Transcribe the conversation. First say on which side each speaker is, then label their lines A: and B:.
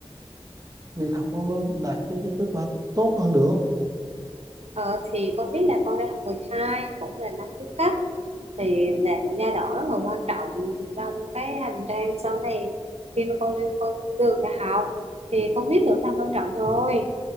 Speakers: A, on the right; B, on the right.
A: việc học nó, nó đạt cái cái kết quả tốt hơn được
B: ờ, thì con biết là con đang học 12 cũng là năm cuối cấp thì là một giai đoạn rất là quan trọng trong cái hành trang sau này khi mà con lên con đường đại học thì con biết được tầm quan trọng rồi